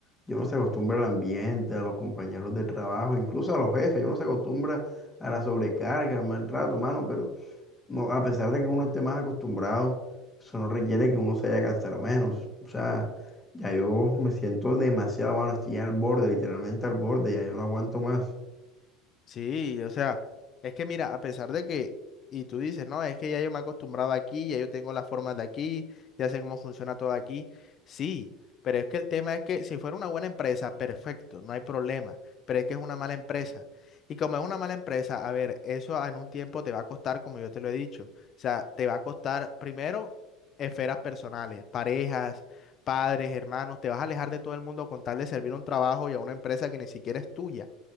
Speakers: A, on the left (about 15°); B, on the left (about 45°).
A: yo no se acostumbra al ambiente, a los compañeros de trabajo, incluso a los jefes, yo no se acostumbra a la sobrecarga, al maltrato, mano, pero no, a pesar de que uno esté más acostumbrado, eso no requiere que uno se haya cansado menos. O sea, ya yo me siento demasiado, mano, estoy ya al borde, literalmente al borde, ya yo no aguanto más.
B: Sí, o sea, es que mira, a pesar de que, y tú dices, no, es que ya yo me he acostumbrado aquí, ya yo tengo las formas de aquí, ya sé cómo funciona todo aquí, sí, pero es que el tema es que si fuera una buena empresa, perfecto, no hay problema, pero es que es una mala empresa. Y como es una mala empresa, a ver, eso en un tiempo te va a costar, como yo te lo he dicho, o sea, te va a costar primero esferas personales, parejas, padres, hermanos, te vas a alejar de todo el mundo con tal de servir un trabajo y a una empresa que ni siquiera es tuya.